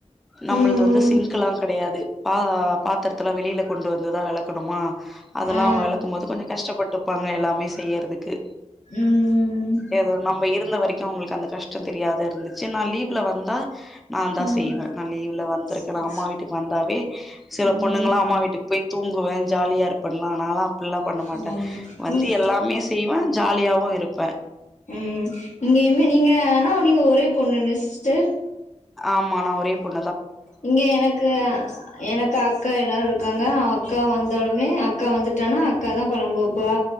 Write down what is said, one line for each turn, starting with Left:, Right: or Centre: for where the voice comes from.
Centre: நம்மளது
Left: ம்
Centre: வந்து சிங்க்கலா கெடையாது பா பாத்திரத்துல்லா வெளியில கொண்டு வந்துதா வெளக்கணுமா அதெல்லா
Left: ஆ
Centre: அவங்க வெளக்கும் போது கொஞ்ச கஷ்டப்பட்டுப்பாங்க எல்லாமே செய்யறதுக்கு
Left: ம்
Centre: ஏதோ நம்ம இரு ந்த வரைக்கு அவுங்களுக்கு அந்த கஷ்டம் தெரியாத இருந்துச்சு நா லீவ்ல வந்தா நான்தா
Left: ம்
Centre: செய்வே நா லீவ்ல வந்திருக்கேன்னா
Left: சரி
Centre: அம்மா வீட்டுக்கு வந்தாவே சில
Left: ம்
Centre: பொண்ணுங்களா அம்மா வீட்டுக்கு போய் தூங் குவே ஜாலியா இருப்பே நாளா அப்டில்லா பண்ண
Left: ஆமா
Centre: மாட் வந்து
Left: ம்
Centre: எல்லாமே செய்வே ஜாலியாவு இருப்பே
Left: ம் நீங்க இ நீங்க ஆனா நீங்க ஒரே பொண்ணுணு சிஸ்டர்
Centre: ஆமா நா ஒரே பொண்
Left: இங்க எனக்கு எனக்கு அக்கா எல்லாரு இருக்காங்க அக்கா வந்தாலுமே அக்கா வந்துட்டானா அக்கா தா கொழம்பு வப்பா